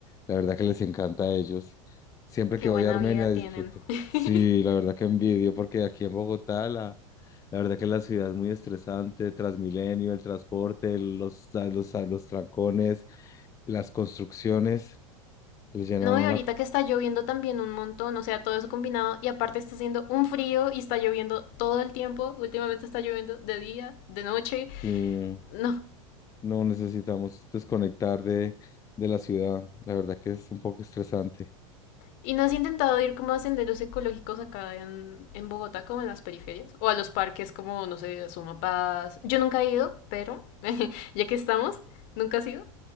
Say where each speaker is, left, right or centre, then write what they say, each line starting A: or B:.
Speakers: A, on the left; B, on the left.
A: La verdad que les encanta a ellos. Siempre que
B: Qué buena
A: voy a Armenia
B: vida tienen.
A: disfruto.
B: <laughs>
A: Sí, la verdad que envidio porque aquí en Bogotá la, la verdad que la ciudad es muy estresante, Transmilenio, el transporte, los, los, los trancones, las construcciones, les llenan
B: No,
A: una...
B: y ahorita
A: ca-
B: que está lloviendo también un montón, o sea, todo eso combinado, y aparte está haciendo un frío y está lloviendo todo el tiempo, últimamente está lloviendo de día, de noche,
A: Sí.
B: no.
A: No necesitamos desconectar de, de la ciudad. La verdad que es un poco estresante.
B: ¿Y no has intentado ir como a senderos ecológicos acá en, en Bogotá, como en las periferias? O a los parques como, no sé, a Yo nunca he ido, pero <laughs> ya que estamos, nunca has ido.